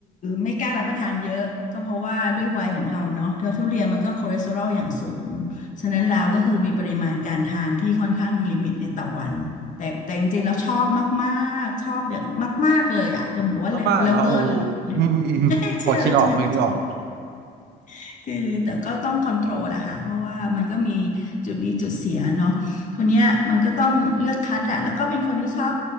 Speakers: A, on the left; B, on the right.
A: ไม่กล้ารับประทานเยอะก็เพราะว่าด้วยวัยของเราเนาะแล้วทุเรียนมันก็คอเลสเตอรอลอย่างสูงฉะนั้นแล้วก็คือมีปริมาณการทานที่ค่อนข้างลิมิตในต่อวันแต่แต่จริงๆแล้วชอบมากๆชอบอย่างมากๆเลยอ่ะเดี๋ยวบอกว่าเลิฟเวอร์เลย
B: มากๆเนาะโอ้
A: <laughs>
B: อืมอืมอืมพอคิดออกพอคิดออก
A: เชื่อแล้วใช่ไหมว่าชอบ <laughs> คือแต่ก็ต้องคอนโทรลอะค่ะเพราะว่ามันก็มีจุดดีจุดเสียเนาะคนเนี้ยมันก็ต้องเลือกคัดแหละแล้วก็เป็นคนที่ชอบ